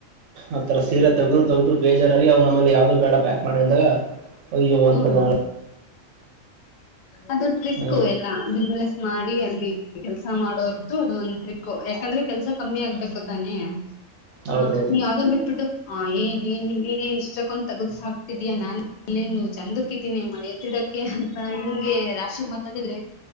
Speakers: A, on the right; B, on the left.
A: ಆ ತರ ಸೀರೆ ತೆಗ್ದು ತೆಗ್ದು ಬೇಜಾರಾಗಿ ಅವ್ನ ಆಮೇಲೆ ಯಾವುದು ಬೇಡ ಪ್ಯಾಕ್ ಮಾಡಿ ಅಂದಾಗ ಅಯ್ಯೋ
B: ಹ್ಮ್ಮ
A: ಅನ್ಕದ
B: ಅದು ಟ್ರಿಕ್ಕ
A: ಹ್ಮ್
B: ಎಲ್ಲ ಬಿಜಿನೆಸ್ ಮಾಡಿ ಅಲ್ಲಿ ಕೆಲ್ಸ ಮಾಡೋದು ಅದು ಒಂದ ಟ್ರಿಕ್ಕೋ ಯಾಕಂದ್ರೆ ಕೆಲ್ಸ ಕಮ್ಮಿ ಆಗ್ಬೇಕು ತಾನೆ ಹಾ
A: ಹೌದೌದು
B: ನೀವು ಅದನ್ನು ಬಿಟ್ಬಿಟ್ಟು ಹ ಏನ್ ನೀನೆ ಇಷ್ಟಕ್ಕೊಂದು ತಗುಸಾಕ್ತಿದ್ಯಾ ನಾನ್ ಇಲ್ಲಿನು ಚಂದುಕ್ಕಿದೀನಿ ನಿಮ್ಮ ಎತ್ತಿಡಕ್ಕೆ ಅಂತ ನಿಂಗೆ ರಾಶಾಗ್ ಮಾತಾಡಿದ್ರೆ.